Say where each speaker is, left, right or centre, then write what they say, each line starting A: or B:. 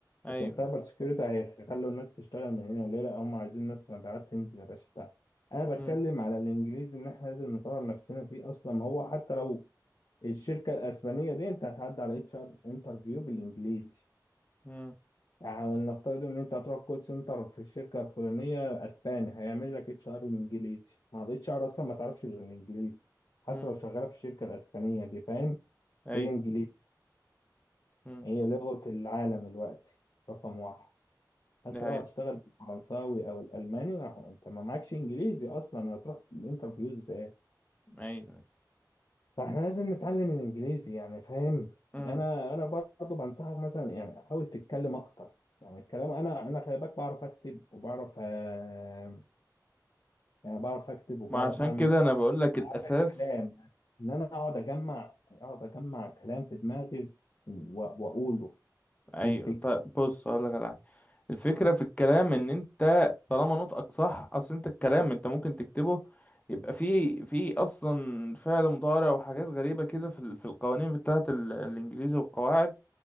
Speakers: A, on the left (about 20°); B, on the left (about 70°).
A: ايوه
B: لكن سايبر سكيورتي هيخلوا الناس تشتغل من هنا ليه لا هم عايزين ناس مبيعات تنزل يا باشا بتاع انا
A: امم
B: بتكلم على الانجليزي ان احنا لازم نطور نفسنا فيه اصلا هو حتى لو الشركه الاسبانيه دي انت هتعدي على اتش ار انترفيو بالانجليزي
A: امم
B: يعني نفترض ان انت هتروح كول سنتر في الشركه الفلانيه اسباني هيعمل لك اتش ار انجليزي مع الاتش ار اصلا ما تعرفش الانجليزي حتى
A: امم
B: لو شغاله في الشركه الاسبانيه دي فاهم
A: ايوه
B: هي انجليزي
A: امم
B: هي لغه العالم الوقت رقم واحد حتى
A: ده
B: لو
A: هي
B: هتشتغل بالفرنساوي او الالماني ما- انت ما معكش انجليزي اصلا هتروح الانترفيوز ايه
A: ايوه
B: فاحنا لازم نتعلم الانجليزي يعني فاهم
A: امم
B: انا انا برضه بنصحك مثلا يعني حاول تتكلم اكتر يعني الكلام انا انا خلي بالك بعرف اكتب وبعرف آه، يعني بعرف اكتب وبعرف
A: ما عشان
B: اعمل
A: كده انا بقول لك الاساس
B: هذا الكلام ان انا اقعد اجمع اقعد اجمع كلام في دماغي و- واقوله
A: ايوه
B: دي الفكره
A: طيب بص هقول لك على حاجه الفكره في الكلام ان انت طالما نطقك صح اصل انت الكلام انت ممكن تكتبه يبقى فيه في اصلا فعل مضارع وحاجات غريبه كده في ال- في القوانين بتاعه ال- الانجليزي والقواعد